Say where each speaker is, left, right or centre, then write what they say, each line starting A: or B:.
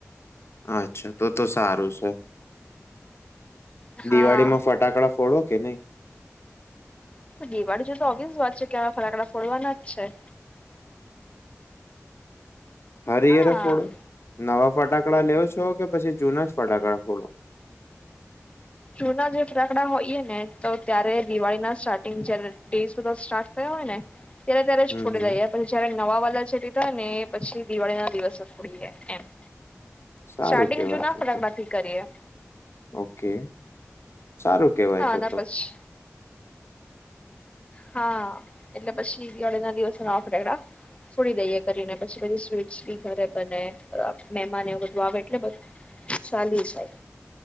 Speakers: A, on the left; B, on the left.
A: અચ્છા તો તો સારું છે
B: હા
A: દિવાળી માં ફટાકડા ફોડો? કે નહી.
B: તો દિવાળી જો તો ઓબિસ વાત છે કે હવે ફટાકડા ફોડવાના જ છે.
A: હર
B: હા
A: યરે ફોડો? નવા ફટાકડા લેવ છો કે પછી જૂના જ ફટાકડા ફોડો?
B: જુના જે ફટાકડા હોઈએ ને તો ત્યારે દિવાળી ના સ્ટાર્ટિંગ જયારે ડેઝ બધા સ્ટાર્ટ થયા હોય ને ત્યારે ત્યારે જ
A: હમ
B: ફોડી
A: હમ
B: લઈએ. પછી જયારે નવા વાલા જે લીધા ને પછી દિવાળી ના દિવસો ફોડીએ એમ.
A: સારું
B: સ્ટાર્ટિંગ
A: કેવાય
B: જુના
A: તો
B: ફટાકડાથી
A: તો
B: કરીએ.
A: ઓકે સારું કેવાય
B: હા
A: તો
B: આના
A: તો
B: પછી હા એટલે પછી દિવાળી ના દિવસે નવા ફટાકડા ફોડી દઈએ કરીને પછી બધી સ્વીટસ બી ઘરે બને મહેમાન ને એવું બધું આવે એટલે બધું ચાલ્યું જાય.